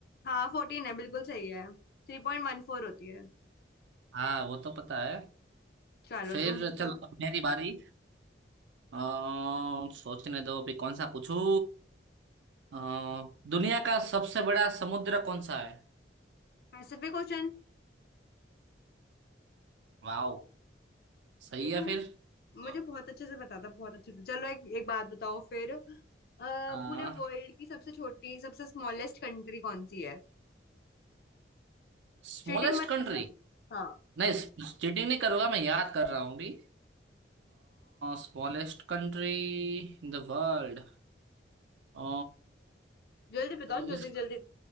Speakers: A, on the left; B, on the right.
A: हाँ फोर्टीन है बिल्कुल सही है थ्री पॉइंट वन फोर होती है
B: हाँ वो तो पता है
A: चलो
B: फिर
A: तुम पूछो
B: चलो अब मेरी बारी आ, सोचने दो अभी कौन सा पूछूं अ, दुनिया का सबसे बड़ा समुद्र कौन सा है
A: Pacific question
B: वाओ सही
A: ये तो
B: है
A: मुझे
B: फिर तो
A: मुझे बहुत अच्छे से पता था बहुत अच्छे से चलो एक एक बात बताओ फिर अ, पूरे
B: हाँ
A: वर्ल्ड की सबसे छोटी सबसे स्मॉलेस्ट कंट्री कौन सी है
B: Smallest
A: चीटिंग मत
B: country
A: करना हाँ
B: नहीं चीटिंग नहीं करूंगा मैं याद कर रहा हूँ अभी Smallest country in the world अ,
A: जल्दी बताओ जल्दी
B: इस
A: जल्दी